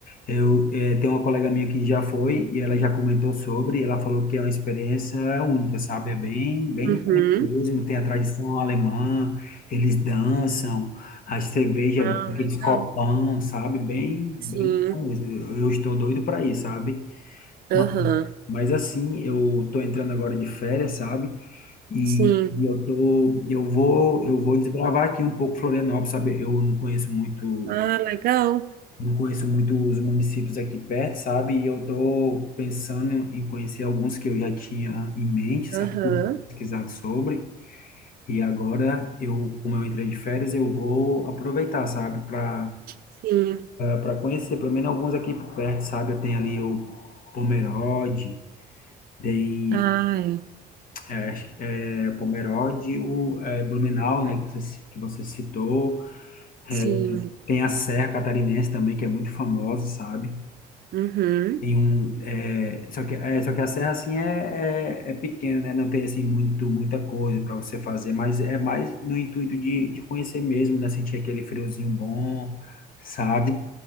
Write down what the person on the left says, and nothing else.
eu é, tenho uma colega minha que já foi e ela já comentou sobre, e ela falou que é uma experiência única, sabe? É bem, bem
diferente mesmo. Tem a tradição alemã, eles dançam, a cerveja,
aqueles
copão, sabe? Bem,
bem mesmo, Eu eu estou doido para ir, sabe? Ma-
Mas assim, eu tô entrando agora de férias, sabe? E,
e eu tô, eu vou, eu vou desbravar aqui um pouco Florianópolis, sabe? Eu não conheço muito,
não conheço muito os municípios aqui perto, sabe? E eu tô pensando em conhecer alguns que eu já tinha em mente, sabe?
Que eu tinha Pesquisado sobre. E agora eu, como eu entrei de férias, eu vou aproveitar, sabe? Para
para conhecer, pelo menos alguns aqui por perto, sabe? Tem ali o Pomerode, tem
é, acho que é, Pomerode, o é, Blumenau, né, que você, ci- que você citou. É,
Tem a Serra Catarinense também, que é muito famosa, sabe?
Tem um, é, só que, é, só que a serra, assim, é, é, é pequena, né? Não tem, assim, muito, muita coisa para você fazer, mas é mais no intuito de, de conhecer mesmo, né? Sentir aquele friozinho bom, sabe?